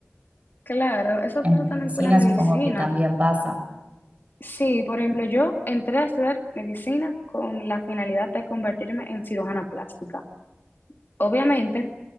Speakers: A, on the left (about 50°); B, on the right (about 30°).
A: Claro, eso
B: En
A: pasa también
B: medicina
A: con la medicina.
B: supongo que también pasa.
A: Sí, por ejemplo, yo entré a estudiar medicina con la finalidad de convertirme en cirujana plástica. Obviamente,